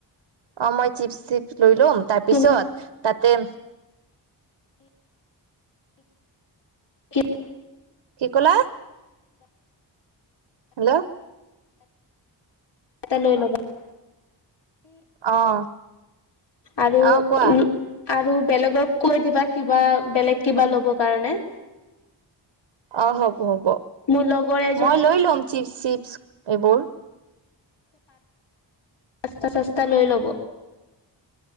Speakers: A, on the right (about 80°); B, on the left (about 65°).
A: অ মই চিপছ্ টিপছ্ লৈ লম তাৰপিছত
B: তুমি
A: তাতে
B: খে
A: কি ক'লা? হেল্ল'?
B: এটা লৈ লবা
A: অ'।
B: আৰু
A: অ কোৱা
B: উম আৰু বেলেগক কৈ দিবা কিবা বেলেগ কিবা ল'ব কাৰণে
A: অ হ'ব হ'ব
B: মোৰ লগৰ এজনী
A: মই লৈ লম চিপছ চিপছ এইবোৰ
B: পাঁচতা চাস্তা লৈ ল'ব